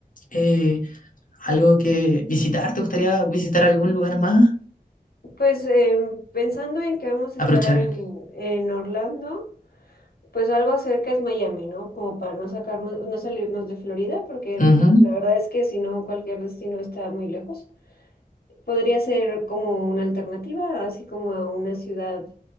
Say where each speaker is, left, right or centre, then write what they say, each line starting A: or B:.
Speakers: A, on the left; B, on the left.
A: eh, algo que visitar, ¿te gustaría visitar algún lugar más?
B: Pues em, pensando en que vamos a
A: Aprovechar.
B: estar en, en Orlando, pues algo cerca es Miami, ¿no? Como para no sacarnos, no salirnos de Florida, porque
A: Ujú,
B: la verdad es que si no, cualquier destino está muy lejos. Podría ser como una alternativa, así como a una ciudad.